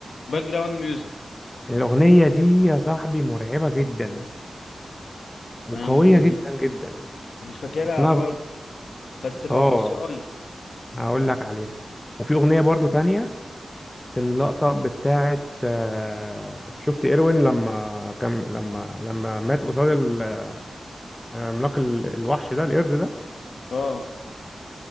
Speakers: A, on the left; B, on the left.
A: باك جراوند ميوزك
B: الأغنية دي يا صاحبي مرعبة جدا وقوية
A: انا مش
B: جدا
A: مش
B: جدا
A: مش فاكرها
B: اسمها
A: خالص بس ببصيها
B: اه
A: لي
B: هقول لك عليها وفي اغنيه برضو تانية في اللقطه بتاعه آه، شفت ايروين لما كان لما لما مات قصاد ال- آه، عملاق ال- الوحش ده القرد ده
A: اه